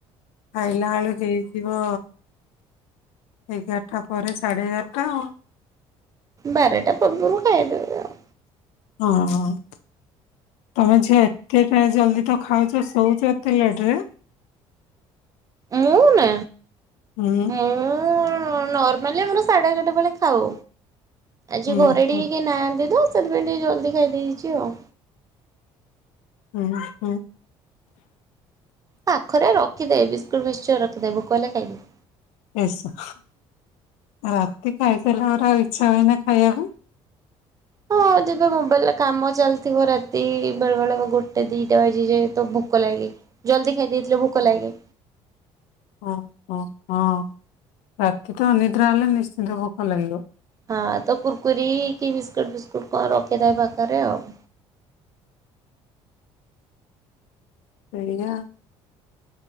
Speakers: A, on the left; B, on the right.
A: ଖାଇଲା ଆଳୁ ହେଇଯିବ ଏଗାରଟା ପରେ ସାଢେ ଏଗାରଟା ଆଉ।
B: ବାରଟା ପୂର୍ବରୁ ଖାଇଦେବେ। ଆଉ
A: ହଁ। ତମେ ଝିଅ ଏତେ ଟ ଜଲଦି ତ ଖାଉଛ ଶୋଉଛ ଏତେ ଲେଟ୍ ରେ?
B: ମୁଁନା
A: ହୁଁ
B: ମୁଁ ନର୍ମାଲି ଆମର ସାଢେ ଏଗେଟା ବେଳେ ଖାଉ ଆଜି
A: ହୁଁ
B: ଘରେ
A: ହୁଁ
B: ଟିକ କିଏ ନାହାନ୍ତି ତ ସେଥିପାଇଁ ଟିକେ ଜଲ୍ଦି ଖାଇ ଦେଇଚି ଆଉ।
A: ଉଁ ହୁଁ।
B: ପାଖରେ ରଖିଦେବ ବିସ୍କୁଟ୍ ମିକ୍ସଚର ରଖିଦେବେ ଭୋକ ହେଲେ ଖାଇବି।
A: ଏ ସ ରାତି ଖାଇସାରିଲା ପରେ ଆଉ ଇଚ୍ଛା ହୁଏନା ଖାଇବା କୁ?
B: ହଁ ଯେବେ ମୋବାଇଲରେ କାମ ଚାଲିଥିବ ରାତି ବେଳେ ବେଳେ ଗୋଟେ ଦିଟା ବାଜିଯାଏ ତ ଭୋକ ଲାଗେ ଜଲ୍ଦି ଖାଇ ଦେଇଥିଲେ ଭୋକ ଲାଗେ।
A: ଓ ହୋ ହଁ ରାତି ତ ଅନିଦ୍ରା ହେଲେ ନିଶ୍ଚିନ୍ତ ଭୋକ ଲାଗିବ।
B: ହଁ ତ କୁର୍କୁରି କି ବିସ୍କୁଟ ଫିସ୍କୁଟ କଣ ରଖିଥାଏ ପାଖରେ ଆଉ।
A: ସେଇୟା